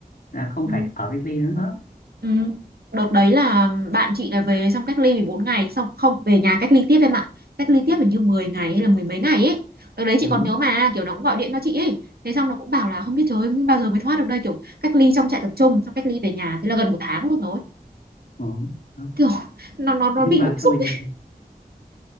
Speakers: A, on the left; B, on the right.
A: là không
B: ừ.
A: phải ở cách ly nữa.
B: ừ. đợt đấy là bạn chị là về xong cách ly 14 ngày xong không về nhà cách ly tiếp em ạ cách ly tiếp hình như 10 ngày hay là mười mấy ngày ấy đợt đấy chị
A: Đúng,
B: còn nhớ mà kiểu nó cũng gọi điện cho chị ấy thế xong nó cũng bảo là không biết trời ơi, không biết bao giờ mới thoát được đây kiểu cách ly trong trại tập trung xong cách ly về nhà thế là gần một tháng luôn rồi
A: rồi. Đó.
B: Kiểu nó nó nó
A: Nhưng
B: bị
A: mà
B: bức xúc
A: thôi,
B: ấy.